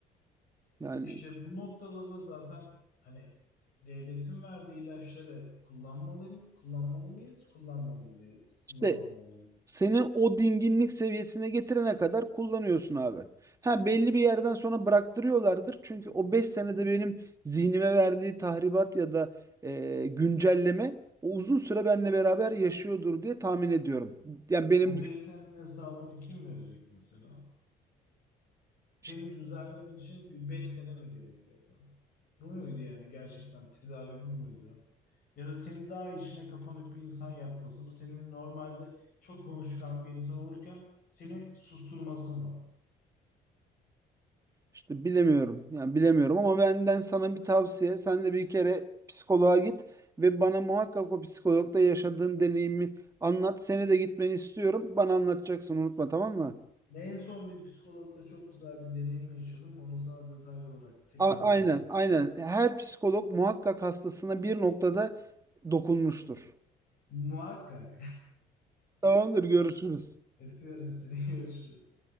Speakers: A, on the right (about 20°); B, on the left (about 60°).
A: yani
B: işte bu noktada da zaten hani devletin verdiği ilaçları kullanmalıyım, kullanmalı mıyız, kullanmamalıyız, kullanmamalıyız.
A: işte Seni o dinginlik seviyesine getirene kadar kullanıyorsun abi. Ha belli bir yerden sonra bıraktırıyorlardır. Çünkü o 5 senede benim zihnime verdiği tahribat ya da e, güncelleme o uzun süre benimle beraber yaşıyordur diye tahmin ediyorum. Yani benim
B: O beslenme hesabını kim verecek mesela? Seni
A: işte,
B: düzelmen için bir 5 sene mi gerekiyordu? Bu muydu yani gerçekten tedavi bu muydu? Ya da seni daha içine kapanık bir insan yapması mı? Senin normalde çok konuşkan bir insan olurken seni susturması mı?
A: işte bilemiyorum. Yani bilemiyorum ama benden sana bir tavsiye. Sen de bir kere psikoloğa git ve bana muhakkak o psikologda yaşadığın deneyimi anlat. Seni de gitmeni istiyorum. Bana anlatacaksın unutma tamam mı?
B: Ne en son bir psikologla çok güzel bir deneyim yaşadım. Onu sana detaylı olarak tekrar
A: A- aynen,
B: anlatacağım.
A: aynen. Her psikolog muhakkak hastasına bir noktada dokunmuştur.
B: Muhakkak.
A: Tamamdır, görüşürüz.
B: <laughs> Öpüyorum seni. <laughs> Görüşürüz.